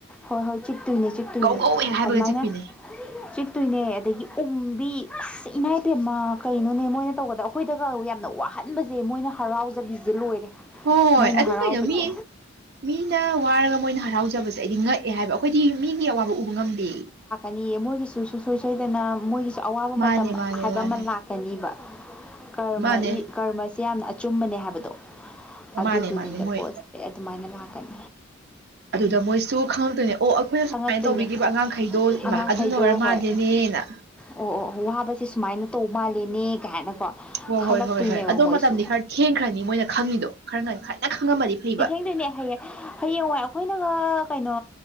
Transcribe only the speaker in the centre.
ꯍꯣꯏ ꯍꯣꯏ ꯆꯤꯠꯇꯣꯏꯅꯦ ꯆꯤꯠꯇꯣꯏꯅꯦ
ꯑꯗꯨꯃꯥꯏꯅ
ꯆꯤꯠꯇꯣꯏꯅꯦ ꯑꯗꯒꯤ ꯎꯝ ꯑꯁ ꯏꯃꯥ ꯏꯄꯦꯝꯃ ꯀꯩꯅꯣꯅꯦ ꯃꯣꯏꯅ ꯇꯧꯕꯗ ꯑꯩꯈꯣꯏꯗꯒ ꯌꯥꯝꯅ ꯋꯥꯍꯟꯕꯁꯦ ꯃꯣꯏꯅ ꯍꯔꯥꯎ ꯕꯤꯖꯦ ꯂꯣꯏꯔꯦ
ꯃꯣꯏꯅ
ꯍꯔꯥꯎꯕꯖꯦ
ꯅꯤꯌꯦ ꯃꯣꯏꯒꯤꯁꯨ ꯁꯨꯡꯁꯣꯏ ꯁꯣꯏꯗꯅ ꯃꯣꯏꯒꯤꯁꯨ ꯑꯋꯥꯕ
ꯃꯇꯝ
ꯍꯥꯏꯕ
ꯑꯃ ꯂꯥꯛꯀꯅꯤꯕ꯫ ꯀꯔꯃ
ꯏ ꯀꯔꯃꯁꯦ ꯌꯥꯝꯅ ꯑꯆꯨꯝꯕꯅꯦ ꯍꯥꯏꯕꯗꯣ ꯑꯗꯨꯗꯨꯅꯤꯗ
ꯄꯣꯠꯁ‌ꯦ꯫ ꯑꯗꯨꯃꯥꯏꯅ ꯂꯥꯛꯀꯅꯤ
ꯈꯪꯉꯛꯇꯣꯏꯅꯦ
ꯑꯉꯥꯡꯈꯩꯗꯣ
ꯍꯣꯏ
ꯑꯣ ꯑꯣ ꯋꯥꯕꯁꯦ ꯁꯨꯃꯥꯏꯅ ꯇꯧ ꯃꯥꯂꯦꯅꯦ ꯀꯥꯏꯅꯀꯣ꯫
ꯈꯜꯂꯛꯇꯣꯏꯅꯦꯕ
ꯃꯣꯏꯁꯨ
ꯂꯩꯅ ꯍꯩꯌꯦ ꯍꯌꯦꯡꯋꯥꯏ ꯑꯩꯈꯣꯏꯅꯒ ꯀꯩꯅꯣ